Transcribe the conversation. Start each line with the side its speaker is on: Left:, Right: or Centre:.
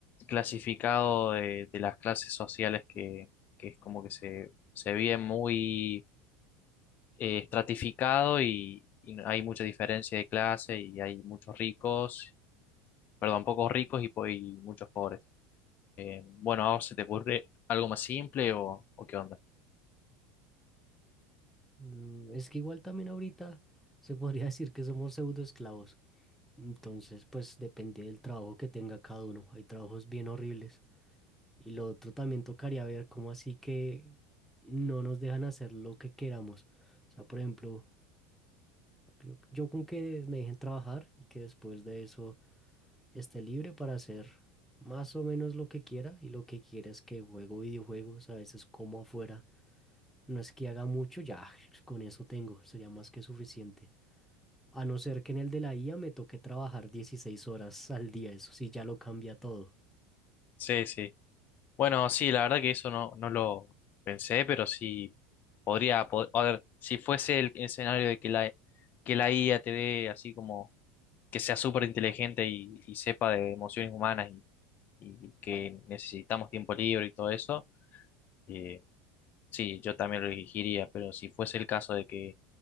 Left: clasificado de, de las clases sociales que, que es como que se, se vive muy eh, estratificado y, y no, hay mucha diferencia de clase y hay muchos ricos, perdón, pocos ricos y, po- y muchos pobres. Eh, bueno, ¿a vos se te ocurre algo más simple o, o qué onda?
Centre: Mm, es que igual también ahorita se podría <laughs> decir que somos pseudoesclavos. Entonces, pues depende del trabajo que tenga cada uno. Hay trabajos bien horribles. Y lo otro también tocaría ver cómo así que no nos dejan hacer lo que queramos. O sea, por ejemplo... Yo, yo con que me dejen trabajar y que después de eso esté libre para hacer más o menos lo que quiera y lo que quiera es que juego videojuegos, a veces como afuera. No es que haga mucho, ya <laughs> con eso tengo, sería más que suficiente. A no ser que en el de la IA me toque trabajar dieciséis horas al día, eso sí ya lo cambia todo.
Left: Sí, sí. Bueno, sí, la verdad que eso no, no lo pensé, pero sí podría, pod- a ver, si fuese el escenario de que la, que la IA te dé así como que sea súper inteligente y, y sepa de emociones humanas y, y que necesitamos tiempo libre y todo eso, eh, sí, yo también lo elegiría, pero si fuese el caso de que